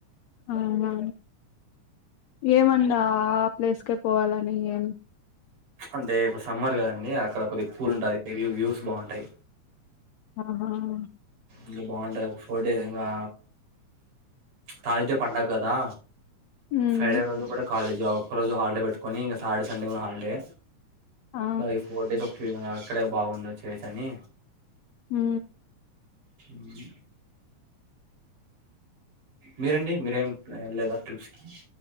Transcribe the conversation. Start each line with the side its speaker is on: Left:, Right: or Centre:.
Left: ఆ ఏమందా ప్లేస్కే పోవాలని ఏం
Right: అంటే ఇప్పుడు సమ్మర్ కదండి అక్కడ కొద్దిగ కూల్ ఉంటాది ఇవి వ్యూస్ బాగుంటాయి
Left: ఆవునవును
Right: ఇంకా బాగుంటాయి ఒక ఫోర్ డేస్ అయినా తాగిదే పడుగ కదా
Left: మ్మ్
Right: ఫ్రైడే రోజు కూడా కాలేజ్ ఆ ఒక్కరోజు హాలిడే పెట్టుకొని ఇంక సాటర్ డె సండే హాలిడే
Left: ఆ
Right: ఈ ఫోర్ డేస్ ఒకె అక్కడే బావుండుచ్చేసని
Left: మ్
Right: మ్ మీరండి మీరేం ఎళ్ళలేదా ట్రిప్స్ కి